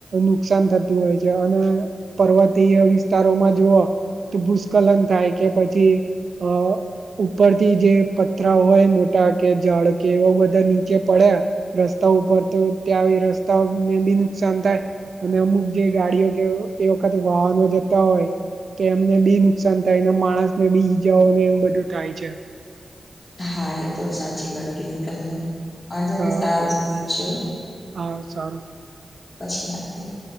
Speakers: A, on the right; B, on the left.
A: નુકસાન થતું હોય છે. પર્વતીય વિસ્તારોમાં જુઆ ભૂસ્ખલન થાય. કે પછી અ ઉપરથી જે પથરા હોય મોટા કે જળ કે એવા બધા નીચે પડ્યા. રસ્તા ઉપર તો ત્યાં આવી રસ્તા ને બી નુકસાન થાય. અને અમુક જે ગાડીઓ કે એ વખતે વાહનો જતા હોય. કે એમને બી નુકસાન થાય ને માણસ ને બી ઈજાઓ ને એવું બધું થાય છે.
B: હા એ તો સાચી વાત કીધ તમે વાંધો નહી
A: હા
B: સારુ ચલો.
A: હા સારું....
B: પછી વાત કરીએ.